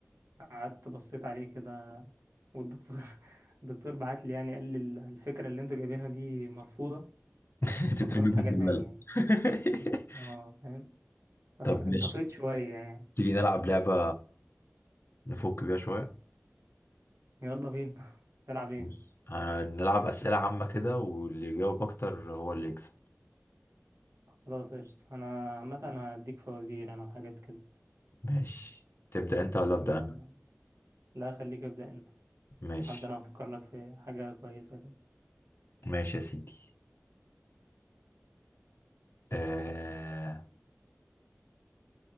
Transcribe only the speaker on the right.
قعدت بصيت عليه كده والدكتور <laughs> الدكتور بعت لي يعني قال لي ال- الفكرة اللي انتوا جايبينها دي مرفوضة
فكروا في
حاجة
تانية يعني
اه فاهم فانطفيت
شوية يعني
يلا بينا <laughs> تلعب ايه؟
خلاص قشطة انا عامة انا هديك فوازير انا وحاجات كده
يلا
لا خليك ابدأ انت
حد انا هفكر لك في حاجة كويسة كده